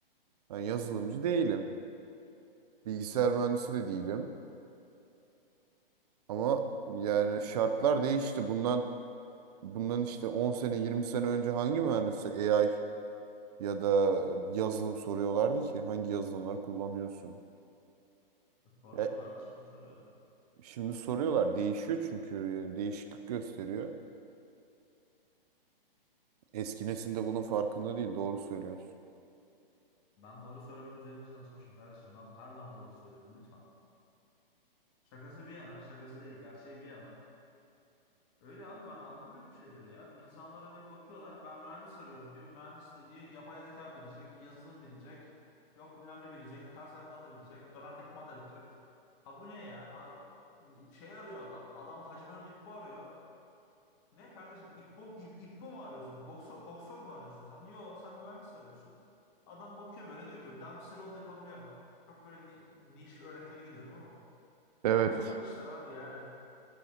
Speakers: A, on the right; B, on the left.
A: Ben yazılımcı değilim. Bilgisayar mühendisi de değilim. Ama yani şartlar değişti. Bundan bundan işte 10 sene 20 sene önce hangi mühendisi AI Ya da yazılım soruyorlardı ki hangi yazılımları kullanıyorsun?
B: Sormuyorlardı
A: E,
B: şimdi soruyorlar.
A: şimdi soruyorlar değişiyor çünkü yani değişiklik gösteriyor. Eski nesil de bunun farkında değil doğru söylüyorsun.
B: Ben doğru söylemek üzerine çalışmışım kardeşim. Ben her zaman doğru söyledim lütfen. Şakası bir yana, şakası değil, gerçeği bir yana. Öyle abi ben anlamıyorum şeyleri ya. Bu insanlar hani bakıyorlar ben mühendis arıyorum diyor. Mühendis de diyor yapay zeka bilecek, yazılım bilecek, yok bilmem ne bilecek, ters takla atabilecek, dönen tekme atabilecek. Ha bu ne ya? Ha, şey arıyor adam. Adam Hacı Bana İppo arıyor. Ne kardeşim İppo, İp, İppo mu arıyorsun? Boksör, boksör mü arıyorsun sen? Yo sen mühendis arıyorsun. Adam bakıyor böyle diyor ki Dempsey roll yapabiliyor mu? Çok böyle ni- niş örnekleri gidiyorum ama.
A: Evet.
B: Saçma sapan işler abi yani.